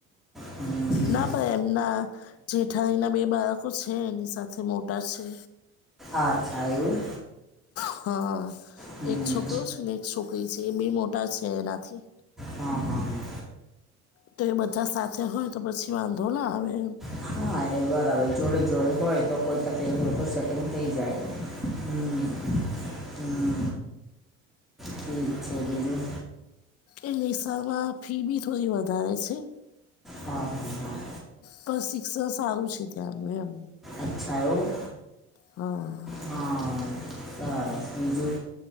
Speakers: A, in the centre; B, on the left (about 50°).
A: હમ
B: ના પણ એમના જેઠાણીના બે બાળકો છે એની સાથે મોટા છે
A: અચ્છા એવું
B: હા
A: હમ
B: એક છોકરો છે ને એક છોકરી છે એ બે મોટા છે એનાથી
A: હા હા હા
B: તો એ બધા સાથે હોય તો પછી વાંધો ના આવે
A: હા હા એ બરાબર જોડે જોડે હોય તો કોઈ તકલીફ હોય તો સેટિંગ થઈ જાય હમ હમ ઠીક છે બીજું
B: એ લિકસામાં ફી બી થોડી વધારે છે
A: હા હા હા
B: પણ શિક્ષણ સારું છે ત્યાંનું એમ
A: અચ્છા એવું.
B: હા.
A: હા સરસ બીજું